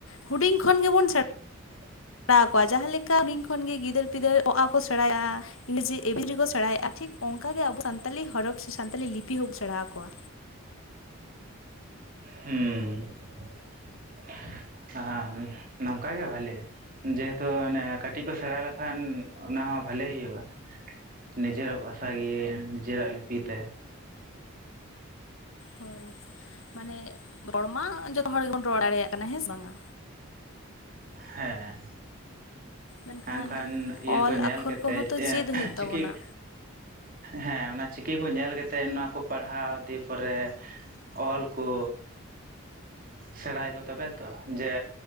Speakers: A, on the left; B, on the right.
A: ᱦᱩᱰᱤᱧ ᱠᱷᱚᱱ ᱜᱮᱵᱚᱱ ᱥᱮᱬᱟ
B: <inaudible>
A: ᱥᱮᱬᱟ ᱟᱠᱚᱣᱟ ᱡᱟᱦᱟᱸ ᱞᱮᱠᱟ ᱵᱤᱝ ᱠᱷᱚᱱ ᱜᱮ ᱜᱤᱫᱟᱹᱨ ᱯᱤᱫᱟᱹᱨ ᱚ, ᱟ ᱠᱚ ᱥᱮᱬᱟᱭᱟ ᱤᱞᱤᱡᱤ ᱮᱵᱤᱡᱤ ᱠᱚ ᱥᱮᱬᱟᱭᱮᱜᱼᱟ ᱴᱷᱤᱠ ᱚᱝᱠᱟ ᱜᱮ ᱟᱵᱚ ᱥᱟᱱᱛᱟᱞᱤ ᱦᱚᱨᱚᱯ ᱥᱮ ᱥᱟᱱᱛᱟᱞᱤ ᱞᱤᱯᱤ ᱦᱚᱸᱵᱚᱱ ᱥᱮᱬᱟᱣ ᱟᱠᱚᱣᱟ
B: ᱦᱮᱸ <unintelligible> ᱱᱚᱝᱠᱟ ᱜᱮ ᱵᱷᱟᱞᱮ ᱡᱮᱦᱮᱛᱩ ᱢᱟᱱᱮ ᱠᱟᱹᱴᱤᱡ ᱠᱚ ᱥᱮᱬᱟ ᱞᱮᱠᱷᱟᱱ ᱚᱱᱟ ᱦᱚᱸ ᱵᱷᱟᱞᱮ ᱦᱩᱭᱩᱜᱼᱟ ᱱᱤᱡᱮᱨᱟᱜ ᱵᱷᱟᱥᱟ ᱜᱮ ᱱᱤᱡᱮᱨᱟᱜ ᱞᱤᱯᱤ ᱛᱮ
A: ᱦᱳᱭ ᱢᱟᱱᱮ ᱨᱚᱲ ᱢᱟ ᱡᱚᱛᱚ ᱦᱚᱲ ᱜᱮᱵᱚᱱ ᱨᱚᱲ ᱫᱟᱲᱮᱭᱟᱜ ᱠᱟᱱᱟ ᱦᱮᱸ ᱥᱮ ᱵᱟᱸᱜᱟ
B: ᱦᱮᱸ
A: ᱢᱮᱱᱠᱷᱟᱱ
B: ᱮᱱᱠᱷᱟᱱ
A: ᱚᱞ
B: ᱤᱭᱟᱹ ᱠᱚ ᱧᱮᱞ
A: ᱟᱠᱷᱚᱨ
B: ᱠᱟᱛᱮᱫ
A: ᱠᱚᱦᱚᱸ ᱛᱚ
B: ᱮᱸ
A: ᱪᱮᱫ ᱦᱩᱭᱩᱜ
B: <unintelligible>
A: ᱛᱟᱵᱚᱱᱟ
B: ᱪᱤᱠᱤ ᱦᱮᱸ ᱚᱱᱟ ᱪᱤᱠᱤ ᱠᱚ ᱧᱮᱞ ᱠᱟᱛᱮᱜ ᱚᱱᱟᱠᱚ ᱯᱟᱲᱦᱟᱣ ᱫᱤᱭᱮ ᱯᱚᱨᱮ ᱚᱞ ᱠᱚ ᱥᱮᱬᱟᱭᱟ ᱠᱚ ᱛᱟᱵᱮ ᱛᱚ ᱡᱮ